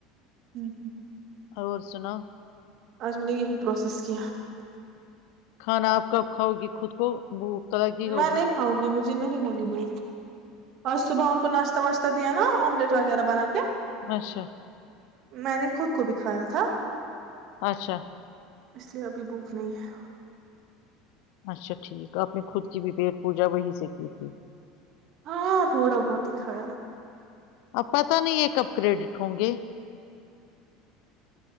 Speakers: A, on the right; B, on the left.
A: ہوں ہوں
B: اور سناو
A: آج میں نے یہی پررسیس ک کیہ <unintelligible>
B: کھانا آپ کب کھاؤ گی خود کو بوک ل کی
A: میں
B: ہوگی
A: نہیں
B: <unintelligible>
A: کھاؤں گی مجھے نہیں ہوی وہ اور صبح ان کو ناشتہ واشہ دیا نا آملیٹ وغیرہ بنا کے <unintelligible>
B: اچھا
A: میں نے خود کو بھی کھایا تھا
B: اچھا
A: اس لیے ابھی بھوک نہیں ہے
B: اچھا ٹھیک آپ نے خود کی بھی پیٹ پوجا وہی سے کی تھی
A: ہاں تھوڑا بہت ہی کھایا
B: آپ پت نہیں یہ کب کریڈٹ ہوں گے